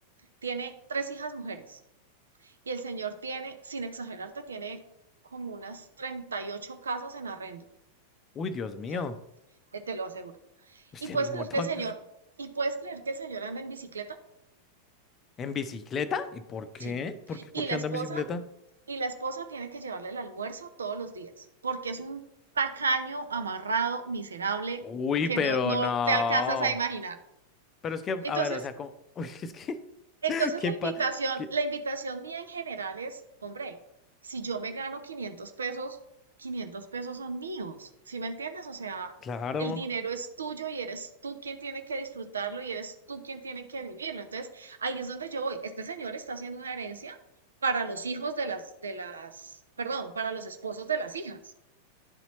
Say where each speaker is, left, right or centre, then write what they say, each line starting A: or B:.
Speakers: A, on the right (about 70°); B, on the left (about 25°).
A: tiene tres hijas mujeres y el señor tiene, sin exagerarte, tiene como unas 38 casas en arrendo.
B: Uy, Dios mío,
A: O sea, eh, te lo aseguro.
B: <laughs>
A: ¿Y
B: tiene
A: puedes
B: un
A: creer
B: montón.
A: que el señor, y puedes creer que el señor anda en bicicleta?
B: ¿En bicicleta? ¿Y por qué?
A: Sí.
B: ¿Por qué,
A: Y
B: por qué
A: la esposa,
B: anda en bicicleta?
A: y la esposa tiene que llevarle el almuerzo todos los días, porque es un tacaño, amarrado, miserable,
B: Uy,
A: que
B: pero
A: no, no
B: no.
A: te alcanzas a imaginar.
B: Pero es que,
A: Entonces,
B: a ver, o sea, como, <laughs> uy, es que,
A: Entonces
B: <laughs> qué
A: la
B: pa,
A: invitación,
B: qué-
A: la invitación mía en general es, hombre, si yo me gano 500 pesos, 500 pesos son míos, ¿sí me entiendes? O sea,
B: claro.
A: el dinero es tuyo y eres tú quien tiene que disfrutarlo y eres tú quien tiene que vivirlo. Entonces, ahí es donde yo voy. Este señor está haciendo una herencia para los hijos de las, de las, perdón, para los esposos de las hijas.